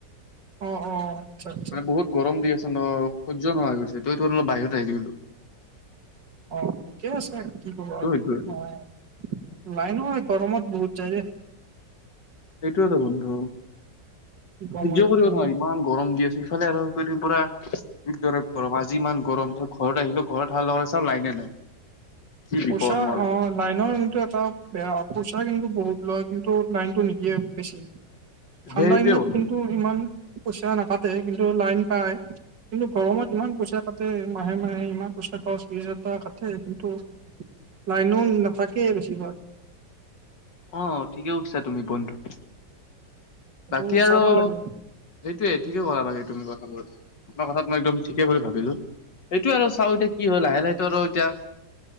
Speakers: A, on the right; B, on the left.
A: অ' অ'। আচ্ছা আচ্ছা
B: মানে বহুত গৰম দি আছে ন, সহ্য নোহোৱা হৈ গৈছে, ত টো অলপ বাহিৰত আহি গ'লো।
A: অ' ঠিকে আছে। কি ক'বা আৰু,
B: সেইটোয়ে
A: অ' লাইনো এই গৰমত বহুত। যায় দেই।
B: সেইটোৱেটো বন্ধু।
A: কি ক'ম
B: সহ্য
A: আৰু
B: কৰিব
A: এতিয়া
B: নোৱাৰি ইমান গৰম দি আছে। ইফালে আৰু কেইদিন পুৰা, কিদৰে গৰম! আজি ইমান গৰম। আৰু ঘৰত আহিলো, ঘৰত অহাৰ লগে লগে চাওঁ, লাইনে নাই। কি বিপদ
A: পইচা,
B: মোৰ
A: অ' লাইনৰ ককিন্তু এটা বেয়া, পইচা কিন্তু বহুত। লয়। কিন্তু লাইনতটো নিদিয়ে বেছি।
B: সেইটোৱে
A: ঠাণ্ডা দিনত
B: বন্ধু
A: কিন্তু ইমান। পইচা নাকাটে। কিন্তু লাইন পায়। কিন্তু গৰমত ইমান পইচা কাটে, মাহে মাহে ইমান পইচা। দশ বিশহাজাৰ টকা কাটে, কিন্তু। লাইনো নাথাকে, বেছিভাগ।
B: অ' ঠিকেই কৈছা তুমি, বন্ধু।
A: সেইটো
B: বাকী আৰু
A: চাব
B: সেইটোৱে,
A: লাগে
B: ঠিকেই ক'লা বাকী তুমি কথাবোৰ। তোমাৰ কথাত একদম ঠিক। বুলি ভাবিলো। এইটো আৰু চাওঁ এতিয়া কি হয়! লাহে-লাহেতো আৰু এতিয়া।